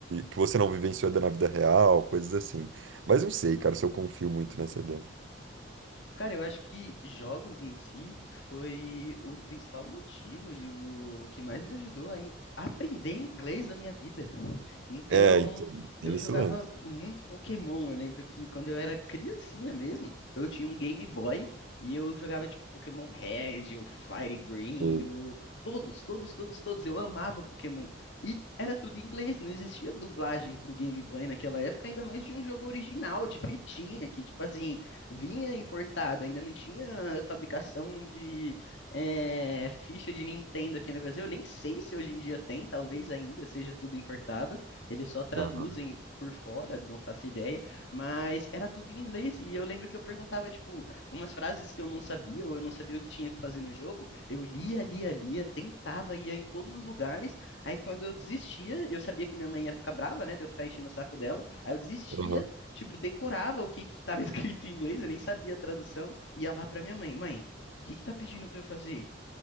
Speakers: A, on the right (about 85°); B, on the left (about 75°).
A: que você não vivenciou na vida real, coisas assim. Mas não sei, cara, se eu confio muito nessa ideia.
B: Cara, eu acho que jogos em si foi o principal motivo e o que mais me ajudou a em- a aprender inglês na minha vida. Então,
A: É, então, tem
B: eu jogava
A: esse lance.
B: muito Pokémon. Eu lembro que quando eu era criancinha mesmo, eu tinha um Game Boy e eu jogava tipo Pokémon Red, o Fire Green,
A: Sim,
B: o... todos, todos, todos, todos. Eu amava Pokémon. E era tudo em inglês, não existia dublagem pro Game Boy naquela época, ainda mais de um jogo original, de fitinha, que tipo assim vinha importado, ainda não tinha fabricação de é, ficha de Nintendo aqui no Brasil. Eu nem sei se hoje em dia tem, talvez ainda seja tudo importado. Eles só traduzem
A: Aham,
B: por fora, não faço ideia, mas era tudo em inglês e eu lembro que eu perguntava tipo umas frases que eu não sabia ou eu não sabia o que tinha que fazer no jogo, eu lia, lia, lia, tentava ia em todos os lugares. Aí quando eu desistia, eu sabia que minha mãe ia ficar brava, né, de eu ficar enchendo o saco dela. Aí eu desistia
A: aham,
B: tipo, decorava o que que tava <laughs> escrito em inglês, eu nem sabia a tradução, ia lá pra minha mãe, mãe, o que que tá pedindo pra eu fazer?